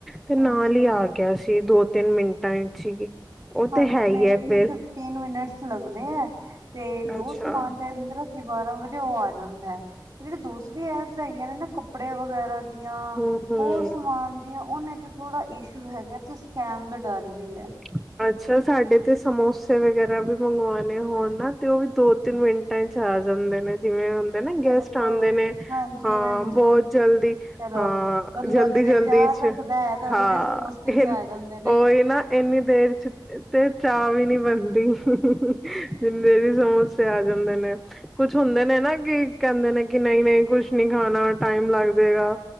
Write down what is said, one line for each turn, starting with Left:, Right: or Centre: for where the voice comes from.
Centre: ਤੇ ਨਾਲ
Right: ਅੱਛਾ
Centre: ਈ ਆ ਗਿਆ ਸੀ ਦੋ ਤਿੰਨ ਮਿੰਟਾਂ ਵਿਚ ਹੀ। ਉਹ
Right: ਹਾਂਜੀ
Centre: ਤੇ ਹੈ ਹੀ
Right: ਮੇਰੇ
Centre: ਹੈ
Right: ਲਈ
Centre: ਫਿਰ
Right: ਫਿਫਟੀਨ ਮਿਨਟਸ ਲੱਗਦੇ ਐ। ਤੇ ਜੋ
Centre: ਅੱਛਾ
Right: ਸਮਾਨ ਚਾਹੀਦਾ ਹੁੰਦਾ ਰਾਤੀ ਬਾਰਾਂ ਵਜੇ ਤੇ ਉਹ ਆ ਜਾਂਦਾ ਐ। ਜਿਹੜੇ ਦੂਸਰੇ ਐਪਸ ਹੈਗੀਆਂ ਨੇ ਨਾ ਕੱਪੜੇ ਵਗੈਰਾ ਦੀਆਂ
Centre: ਹੂੰ ਹੂੰ
Right: ਹੋਰ ਸਮਾਨ ਦੀਆਂ ਉਹਨਾਂ ਚ ਥੋੜਾ ਇਸ਼ੂ ਹੈਗਾ ਤੇ ਸਕੈਮ ਦਾ ਡਰ ਵੀ ਐ।
Centre: <unintelligible> ਅੱਛਾ ਸਾਡੇ ਤੇ ਸਮੋਸੇ ਵਗੈਰਾ ਵੀ ਮੰਗਵਾਨੇ ਹੋਨ ਨਾ ਤੇ ਉਹ ਵੀ ਦੋ ਤਿੰਨ ਮਿੰਟਾਂ ਚ ਆ ਜਾਂਦੇ ਨੇ ਜਿਵੇਂ ਹੁੰਦੇ ਨਾ
Right: ਸਾਡੇ
Centre: ਗੈਸਟ
Right: ਕੋਲ
Centre: ਆਉਂਦੇ ਨੇ ਅਹ
Right: ਹਾਂਜੀ ਹਾਂਜੀ
Centre: ਬਹੁਤ ਜਲਦੀ
Right: ਚਲੋ
Centre: ਅਹ,
Right: ਬੰਦਾ
Centre: ਜਲਦੀ
Right: ਉਨੀ ਦੇਰ
Centre: ਜਲਦੀ
Right: ਚਾਹ
Centre: ਚ
Right: ਰੱਖਦਾ ਹੈ ਤੇ ਉਨੀ
Centre: ਹਾਂ
Right: ਦੇਰ ਸਮੋਸੇ ਵੀ
Centre: ਇ
Right: ਆ ਜਾਂਦੇ ਨੇ
Centre: ਉਹੀ ਨਾ ਇਹਨੇ ਨੀ ਦੇਰ ਚ ਤੇ ਚਾਹ ਵੀ ਨੀ ਬਣਦੀ ਜਿੰਨੀ ਦੇ ਸਮੋਸੇ ਆ ਜਾਂਦੇ ਨੇ। ਕੁਛ ਹੁੰਦੇ ਨੇ ਨਾ ਕਿ ਕਹਿੰਦੇ ਨੇ ਕਿ ਨਹੀਂ ਨਹੀਂ ਕੁਛ ਨੀ ਖਾਣਾ ਟਾਈਮ ਲੱਗ ਜਾਏਗਾ।